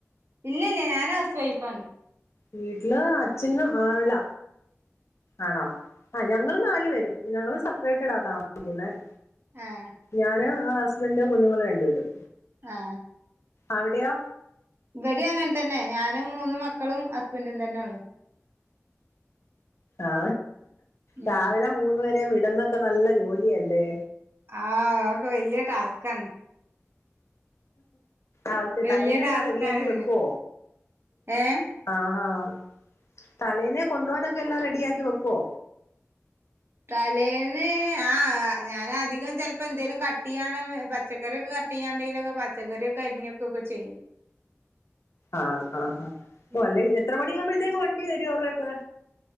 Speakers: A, on the right; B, on the left.
A: ഇല്ല ഇല്ല ഞാൻ ഹൗസ് വൈഫാന്ന്
B: വീട്ടില് അച്ഛനും ആല്ല ആണോ ആ ഞങ്ങള്ൾ നാല് പേരും ഞങ്ങള് സെപ്പറേറ്റ് ഇടാ താമസിക്കുന്നത്
A: ആഹ്
B: ഞാന് ആ ഹസ്ബൻഡ കുഞ്ഞുങ്ങള് രണ്ട് പേരും
A: ആഹ
B: അവിടെയാ
A: ഇവിടെ അങ്ങനെ തന്നെ ഞാനാന് മൂന്ന മക്കളും ഹസ്ബൻറും തന്നെ ഉള്ളു
B: ആ
A: ഉം
B: രാവിലെ മൂന്ന പേരെ വിടന്നൊക്കെ നല്ല ജോലിയല്ലേ
A: ആഹ ഒക്കെ വല്യ ടാസ്കാണ്
B: അ ആ
A: വല്യ
B: തലേന്ന
A: ടാസ്കാണ്
B: എല്ലാം റെഡിയ ആക്കി വെക്കുവോ
A: ഏഹ്
B: ആഹ ആഹ തലേന്നെ കൊണ്ടുപോനൊക്കെ എല്ലാം റെഡിയ ആക്കി വെക്കുവോ
A: തലേന്ന് ആ ഞാന അധികം ചിലപ്പോ എന്തേലും ക കട്ട് ചെയ്യാന പച്ചക്കറിയൊക്കെ കട്ട് ചെയ്യാണ്ടെലൊക്കെ പച്ചക്കറിയൊെരിഞ്ഞൊക്കെ വെക്കുകേം ചെയ്യും
B: ആഹ് ആഹാ അപ്പ
A: ഉം
B: അല്ലെ എത്ര മണാകുമ്പോഴത്തേക്ക് വണ്ടി വരും അവരുടെയൊക്കെ